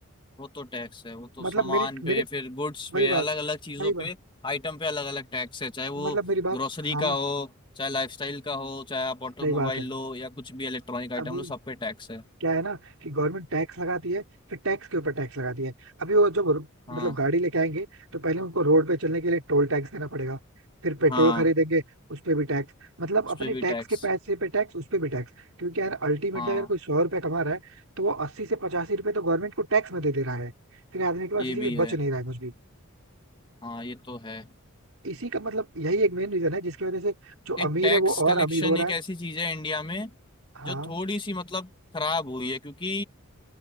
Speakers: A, on the left; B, on the right.
A: वो तो टैक्स है वो तो
B: मतलब
A: सामान
B: मेरे
A: पे
B: मेरे
A: फिर गुड्स
B: वही
A: पे
B: बात
A: अलग अलग चीजों
B: वही बात
A: पे आइटम पे अलग अलग टैक्स है चाहे वो
B: मतलब मेरी बात
A: ग्रोसरी
B: हाँ
A: का हो चाहे लाइफस्टाइल का हो चाहे आप ऑटोमोबाइल
B: सही बात है
A: लो या कुछ भी इलेक्ट्रॉनिक आइटम
B: अभी
A: लो सब पे टैक्स है
B: क्या है ना कि गवर्नमेंट टैक्स लगाती है फिर टैक्स के ऊपर टैक्स लगाती है अभी वो जब रो-
A: हाँ
B: मतलब गाड़ी लेके आएंगे तो पहले उनको रोड पे चलने के लिए टोल टैक्स देना पड़ेगा फिर पेट्रोल
A: हाँ
B: खरीदेंगे उस पे भी टैक्स मतलब
A: उस
B: अपने
A: पे भी
B: टैक्स
A: टैक्स
B: के पैसे पे टैक्स उस पे भी टैक्स क्योंकि यार अल्टीमेटली
A: हाँ
B: अगर कोई सौ रुपए कमा रहा है तो वो अस्सी से पचासी रुपए तो गवर्नमेंट को टैक्स में दे दे रहा है फिर आदमी के पास
A: ये
B: इसी
A: भी
B: के
A: है
B: बच नहीं रहा है कुछ भी
A: हाँ ये तो है
B: इसी का मतलब यही एक मेन रीजन है जिसकी वजह से जो
A: एक
B: अमीर
A: टैक्स
B: है वो
A: कलेक्शन
B: और अमीर हो रहा
A: एक
B: है
A: ऐसी चीज है इंडिया में
B: हाँ
A: जो थोड़ी सी मतलब खराब हुई है क्योंकि